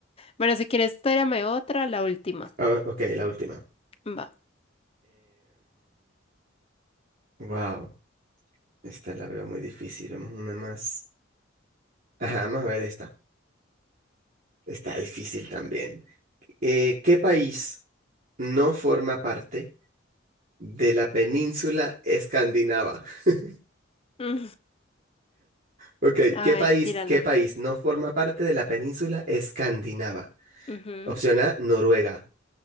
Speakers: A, on the left; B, on the right.
A: Bueno, si quieres, tírame otra, la última.
B: Ah, ok, la última.
A: Va.
B: wow, esta la veo muy difícil. Vamos a una más. Ajá, vamos a ver esta. Está difícil también. Eh, ¿qué país no forma parte de la península escandinava? <laughs>
A: <laughs>
B: Ok,
A: A
B: ¿qué
A: ver,
B: país,
A: tírala.
B: qué país no forma parte de la península escandinava?
A: Ujú.
B: Opción A, Noruega.